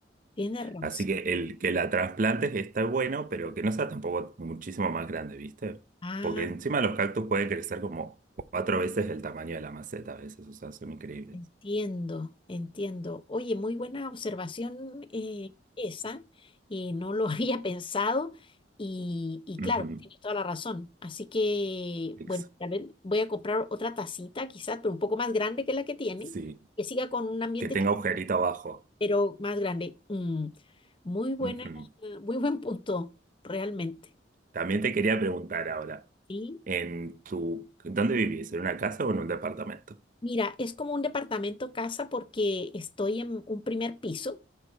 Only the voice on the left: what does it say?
tiene razón.
Ah,
entiendo, entiendo. Oye, muy buena observación eh, esa, y no lo <laughs> había pensado, y, y
claro, tienes toda la razón. Así que,
bueno, tal vez voy a comprar otra tacita, quizás, pero un poco más grande que la que tiene,
que siga con un ambiente,
ch-
pero más grande. Mm, muy buena,
muy buen punto, realmente.
Sí.
Mira, es como un departamento casa porque estoy en un primer piso